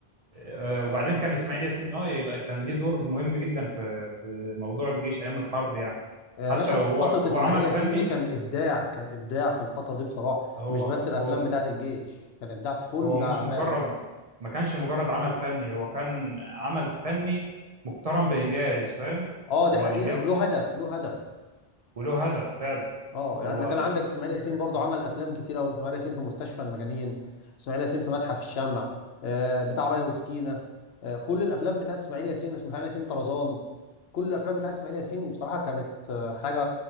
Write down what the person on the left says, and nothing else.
يا
باشا
ف-
فترة إسماعيل
ياسين
دي كان إبداع كان إبداع في الفترة دي بصراحة
مش بس الأفلام
بتاعت الجيش كان إبداع في كل
أعماله
أه دي
حقيقة
وله هدف له هدف
أه
يعني كان عندك إسماعيل
ياسين
برضو
عمل أفلام كتير أوي إسماعيل ياسين في مستشفى المجانين إسماعيل ياسين في متحف الشمع آه بتاع رايا وسكينة آه كل الأفلام بتاعت إسماعيل ياسين إسماعيل ياسين طرزان كل الأفلام بتاعت إسماعيل ياسين بصراحة كانت آه، حاجة